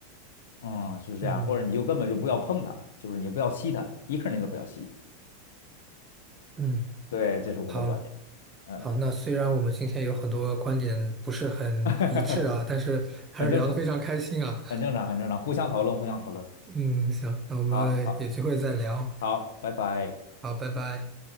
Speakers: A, on the left; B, on the right.
A: 嗯，是这样，
B: 嗯
A: 或者你就根本就不要碰它，就是你不要吸它，一刻你都不要吸。
B: 嗯，
A: 对，这是我的观点。
B: 好。
A: 嗯，
B: 好，那虽然我们今天有很多观点不是很一致啊，
A: <laughs>
B: 但是还是聊得非常开心啊。
A: 很正常，很正常，很正常，互相讨论，互相讨论。
B: 嗯，行，那我们有机会再聊。
A: 好，好，好，拜拜。
B: 好，拜拜。